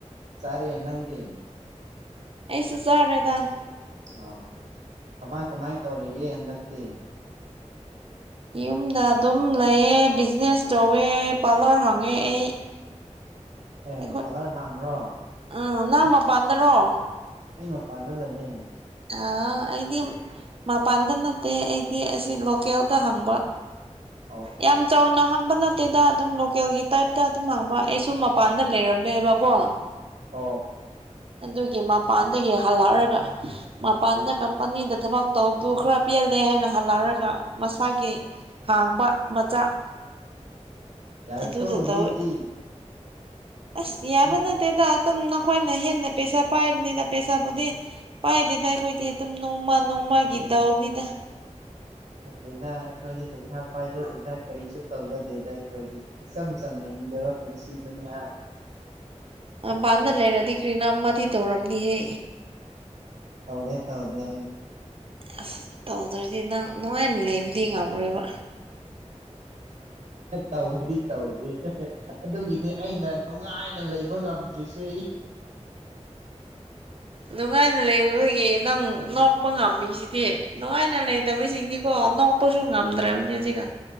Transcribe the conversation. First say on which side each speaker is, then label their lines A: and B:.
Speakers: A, on the right; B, on the right.
A: ꯁꯔꯦ ꯏꯟꯅꯪꯗꯤ
B: ꯑꯩꯁ ꯑꯔꯗꯥꯥ
A: ꯑꯣ ꯀꯃꯥꯏ ꯀꯃꯥꯏ ꯇꯧꯔꯤꯒꯦ ꯍꯟꯗꯛꯇꯤ
B: ꯌꯨꯝꯗ ꯑꯗꯨꯝ ꯂꯩꯌꯦ ꯕꯤꯖꯤꯅꯦꯁ ꯇꯧꯋꯦ ꯄꯥꯔꯂꯔ ꯍꯪꯉꯦ ꯑꯩ
A: ꯑꯦ
B: ꯑꯩꯈꯣꯏ
A: ꯄꯂꯔ ꯍꯥꯝ ꯔꯣ
B: ꯎꯝ ꯅꯪ ꯃꯄꯥꯟꯗꯔꯣ
A: ꯑꯩ ꯃꯄꯥꯟꯗ ꯂꯩꯌꯦ
B: ꯑ ꯑꯩꯗꯤ ꯃꯄꯥꯟꯗ ꯅꯠꯇꯦ ꯑꯩꯗꯤ ꯑꯁꯤ ꯂꯣꯀꯦꯜꯗ ꯍꯪꯕ
A: ꯑꯣ
B: ꯌꯥꯝ ꯆꯥꯎꯅ ꯍꯥꯡꯕ ꯅ ꯑꯇꯩꯗ ꯑꯗꯨꯝ ꯂꯣꯀꯦꯜꯒꯤ ꯇꯥꯏꯞꯇ ꯑꯗꯨꯝ ꯍꯥꯡꯕ ꯑꯩꯁꯨ ꯃꯄꯥꯟꯗ ꯂꯩꯔꯝꯃꯦꯕꯀꯣ
A: ꯑꯣ ꯑꯣ
B: ꯑꯗꯨꯒꯤ ꯃꯄꯥꯟꯗꯒꯤ ꯍꯜꯂꯛꯑꯒ ꯃꯄꯥꯟꯗ ꯀꯝꯄꯅꯤꯗ ꯊꯕꯛ ꯇꯧꯕꯗꯨ ꯈꯔ ꯄꯦꯜꯂꯦ ꯍꯥꯏꯅ ꯍꯜꯂꯛꯔꯒ ꯃꯁꯥꯒꯤ ꯍꯥꯡꯕ ꯃꯆꯥ
A: ꯌꯥꯏꯈꯣ
B: ꯑꯗꯨꯗ ꯇꯧꯋꯦ
A: ꯃꯤꯗꯤ
B: ꯑꯁ ꯌꯥꯕ
A: ꯃꯤꯗꯤ
B: ꯅꯠꯇꯦꯗ ꯑꯗꯨꯝ ꯅꯈꯣꯏꯅ ꯍꯦꯟꯅ ꯄꯩꯁꯥ ꯄꯥꯏꯕꯅꯤꯅ ꯄꯩꯁꯥꯕꯨꯗꯤ ꯄꯥꯏꯗꯦꯗ ꯑꯩꯈꯣꯏꯗꯤ ꯑꯗꯨꯝ ꯅꯣꯡꯃ ꯅꯣꯡꯃꯥꯒꯤ ꯗꯥꯎꯅꯤꯗ
A: ꯅꯠꯇꯦꯗ ꯑꯩꯈꯣꯏꯗꯤ ꯄꯩꯁꯥ ꯄꯥꯏꯖꯗꯦꯗ ꯀꯔꯤꯁꯨ ꯇꯧꯖꯗꯦꯗ ꯑꯩꯈꯣꯏꯗꯤ ꯏꯆꯝ ꯆꯝꯅ ꯍꯤꯡꯖꯕ ꯄꯨꯟꯁꯤꯗꯨꯅꯤꯍꯥꯟ
B: ꯃꯄꯥꯟꯗ ꯂꯩꯔꯗꯤ ꯀ꯭ꯔꯤꯅꯥꯝꯃ ꯇꯧꯔꯝꯅꯤꯍꯦ
A: ꯇꯧꯗꯦ ꯇꯧꯗ
B: ꯑꯁ ꯇꯧꯗ꯭ꯔꯗꯤ ꯅꯪ ꯅꯨꯡꯉꯥꯏꯅ ꯂꯩꯕꯗꯤ ꯉꯝꯔꯣꯏꯕ
A: ꯇꯧꯗꯤ ꯇꯧꯗꯤ ꯑꯗꯨꯒꯤꯅꯦ ꯑꯩꯅ ꯅꯨꯡꯉꯥꯏꯅ ꯂꯩꯕ ꯉꯝꯗ꯭ꯔꯤꯁꯦ
B: ꯅꯨꯡꯉꯥꯏꯅ ꯂꯩꯔꯨꯕꯒꯤ ꯅꯪ ꯅꯣꯛꯄ ꯉꯝꯃꯤꯁꯤꯗꯤ ꯅꯨꯡꯉꯥꯏꯅ ꯂꯩꯇꯕꯁꯤꯡꯗꯤꯀꯣ ꯅꯣꯛꯄꯁꯨ ꯉꯝꯗ꯭ꯔꯕꯅꯤ ꯍꯧꯖꯤꯛꯒ